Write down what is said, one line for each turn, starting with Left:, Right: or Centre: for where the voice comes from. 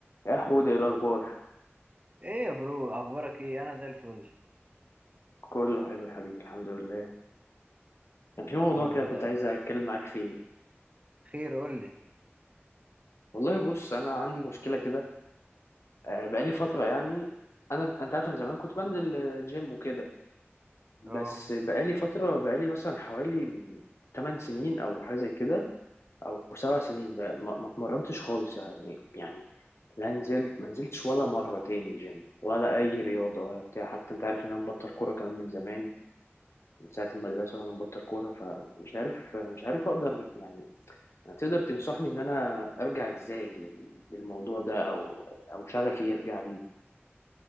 Left: يا حود ايه الاخبار
Right: ايه يا برو اخبارك ايه انا زي الفل
Left: كله حلو يا حبيبي الحمد لله كان في موضوع
Right: يا رب
Left: كده كنت
Right: دايما
Left: عايز اتكلم معاك فيه
Right: خير قول لي
Left: والله بص انا عندي مشكله كده آه، بقالي فتره يعني انا انت عارف انا زمان كنت بنزل آه، جيم وكده بس
Right: اه
Left: بقالي فتره بقالي مثلا حوالي 8 سنين او حاجه زي كده او 7 سنين بقى- ما ما اتمرنتش خالص يعني يعني لا نزلت ما نزلتش ولا مره تاني جيم ولا اي رياضه ولا بتاع حتى انت عارف ان انا مبطل كوره كمان من زمان من ساعة المدرسة وأنا مبطل كورة فمش عارف مش عارف أقدر يعني تقدر تنصحني إن أنا أرجع إزاي لل- للموضوع ده أو أو شغفي يرجع ليه